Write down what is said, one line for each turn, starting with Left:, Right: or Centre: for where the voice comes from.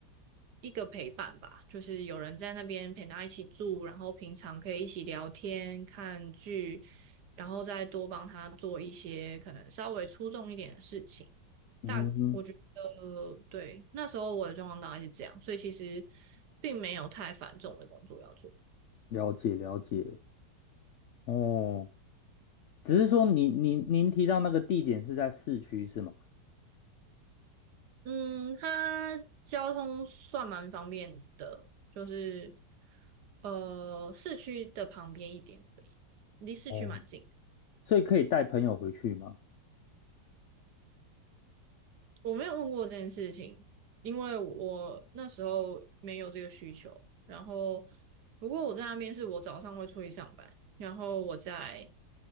Right: 一个陪伴吧，就是有人在那边陪他一起住，然后平常可以一起聊天、看剧，然后再多帮他做一些可能稍微出众一点的事情。
Left: 嗯哼，
Right: 大呃，对，那时候我的状况大概是这样，所以其实并没有太繁重的工作要做。
Left: 了解了解，哦。只是说您您您提到那个地点是在市区是吗？
Right: 嗯，它交通算蛮方便的，就是呃市区的旁边一点而已，离市区蛮近。
Left: 哦，所以可以带朋友回去吗？
Right: 我没有问过这件事情，因为我那时候没有这个需求。然后，不过我在那边是我早上会出去上班，然后我在